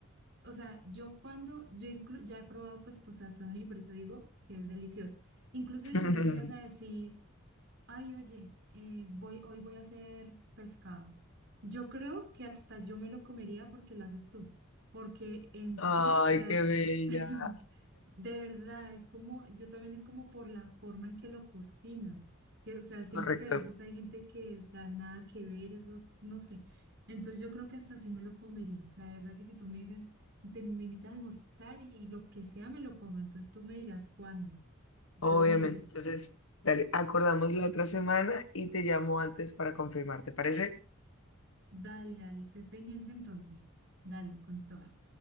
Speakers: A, on the right; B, on the left.
A: o sea, yo cuando, yo inclu- ya he probado pues tu sazón y por eso digo que es delicioso, incluso
B: <laughs>
A: si tú me llegas a decir... Ay, oye, eh, voy, hoy voy a hacer pescado. Yo creo que hasta yo me lo comería porque lo haces tú, porque en
B: Ay,
A: sí, o sea,
B: qué bella.
A: <laughs> de verdad, es como, yo también es como por la forma en que lo cocinan, que, o sea, siento
B: Correcto,
A: que a veces hay gente que, o sea, nada que ver, eso, no sé. Entonces yo creo que hasta sí me lo comería, o sea, de verdad que si tú me dices, te, me invitas a almorzar y lo que sea me lo como, entonces tú me dirás cuándo, estoy
B: obviamente.
A: libre.
B: Entonces, dale, acordamos la otra semana y te llamo antes para confirmar, ¿te parece?
A: Dale, dale, estoy pendiente entonces. Dale, con toda.